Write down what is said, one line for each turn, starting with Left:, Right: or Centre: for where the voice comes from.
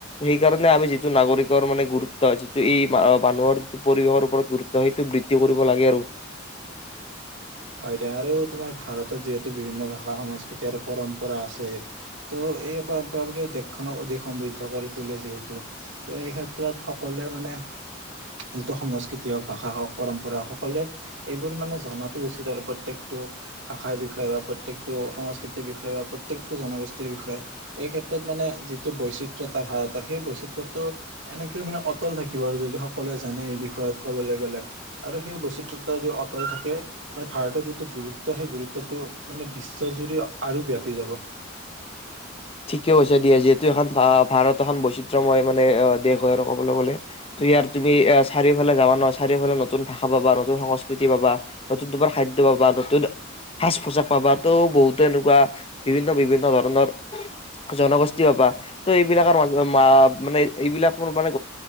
Left: সেইকাৰণে আমি যিটো নাগৰিকৰ মানে গুৰুত্ব যিটো এই মানুহৰ যিটো পৰিৱেশৰ ওপৰত গুৰুত্ব সেইটো বৃদ্ধি কৰিব লাগে আৰু
Right: হয় দে আৰু তোমাৰ ভাৰতত যিহেতু বিভিন্ন ভাষা সংস্কৃতি আৰু পৰম্পৰা আছে ত' এই পৰম্পৰাবোৰে দেশখনক অধিক সমৃদ্ধ কৰি তোলে যিহেতু ত এই ক্ষেত্ৰত সকলোৱে মানে যিটো সংস্কৃতি হওক ভাষা হওক পৰম্পৰা হওক সকলোৱে এইবোৰ মানে জন উচিত আৰু প্ৰত্যেকটো ভাষাৰ বিষয়ে বা প্ৰত্যেকটো সংস্কৃতিৰ বিষয়ে বা প্ৰত্যেকটো জনগোষ্ঠীৰ বিষয়ে এই ক্ষেত্ৰত মানে যিটো বৈচিত্ৰতা ভাৰতৰ সেই বৈচিত্ৰটো এনেকয় মানে অটল থাকিব আৰু যদি সকলোৱে জানে এই বিষয়ত ক'বলৈ গলে আৰু সেই বৈচিত্ৰতা যদি অটল থাকে। ম ভাৰতৰ যিটো গুৰুত্ব সেই গুৰুত্বটো মানে বিশ্বজুৰি আৰু ব্যাপি যাব
Left: ঠিকে হৈছে দিয়া যিহেতু এখন ভ ভাৰত এখন বৈচিত্ৰময় মানে দেশ হয় আৰু কবলৈ গলে ত ইয়াৰ তুমি চাৰিওফালে যাবা ন চাৰিওফালে নতুন ভাষা পাবা নতুন সংস্কৃতি পাবা নতুন তোমাৰ খাদ্য পাবা নতুন সাজ পোছাক পাবা, ত' বহুতো এনেকুৱা বিভিন্ন বিভিন্ন ধৰণৰ জনগোষ্ঠী হাবা ত' এইবিলাকৰ ম মানে এইবিলাক ম মানে